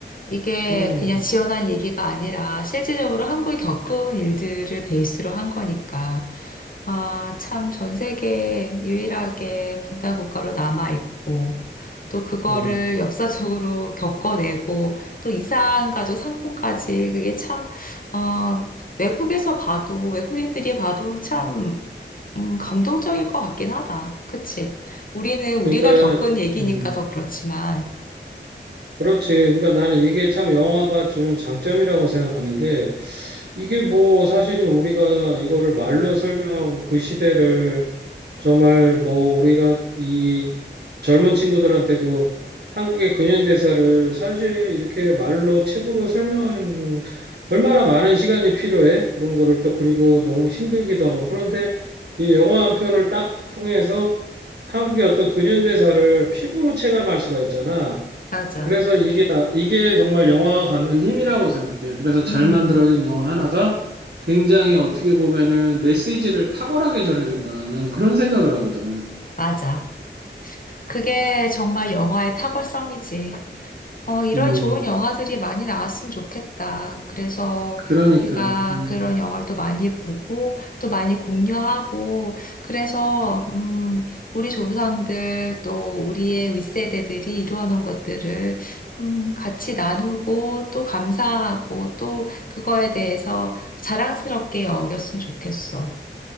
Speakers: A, on the left (about 50°); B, on the right (about 60°).
A: 이게
B: 음,
A: 그냥 지어낸 얘기가 아니라 실질적으로 한국이 겪은 일들을 베이스로 한 거니까. 아, 참, 전 세계 유일하게 분단 국가로 남아있고, 또 그거를
B: 음.
A: 역사적으로 겪어내고, 또 이산가족 상봉까지, 그게 참, 어, 외국에서 봐도, 외국인들이 봐도 참, 음, 감동적일 것 같긴 하다. 그치? 우리는 우리가
B: 그러니까,
A: 겪은 얘기니까
B: 음,
A: 더 그렇지만.
B: 그렇지. 그러니까 나는 이게 참 영화가 주는 장점이라고 생각하는 게 이게 뭐 사실은 우리가 이거를 말로 설명하고 그 시대를 정말 뭐 우리가 이 젊은 친구들한테도 한국의 근현대사를 사실 이렇게 말로 책으로 설명하는 얼마나 많은 시간이 필요해. 그런 거를 또 그리고 너무 힘들기도 하고. 그런데 이 영화 한 편을 딱 통해서 한국의 어떤 근현대사를 피부로 체감할 수가 있잖아.
A: 맞아.
B: 그래서 이게, 이게 정말 영화가 갖는 힘이라고 생각해. 그래서 잘
A: 음,
B: 만들어진 영화 하나가 굉장히 어떻게 보면은 메시지를 탁월하게 전해준다. 난 그런 생각을 하거든.
A: 맞아. 그게 정말 영화의 탁월성이지. 어, 이런
B: 음,
A: 좋은 영화들이 많이 나왔으면 좋겠다. 그래서
B: 그러니까,
A: 우리가
B: 음,
A: 그런 영화를 또 많이 보고, 또 많이 공유하고, 그래서, 음, 우리 조상들 또 우리의 윗세대들이 이루어놓은 것들을, 음, 같이 나누고, 또 감사하고, 또 그거에 대해서 자랑스럽게 여겼으면 좋겠어.